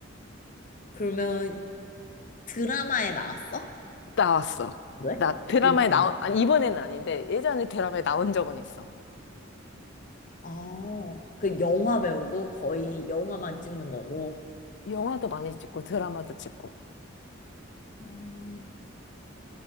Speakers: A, on the left (about 40°); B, on the left (about 60°).
A: 그러면 드라마에 나왔어?
B: 나왔어.
A: 그래?
B: 나 드라마에
A: 이번 년도에?
B: 나온, 아니, 이번에는 아닌데, 예전에 드라마에 나온 적은 있어.
A: 아 그 영화 배우고 거의 영화만 찍는 거고.
B: 영화도 많이 찍고, 드라마도 찍고.
A: 어,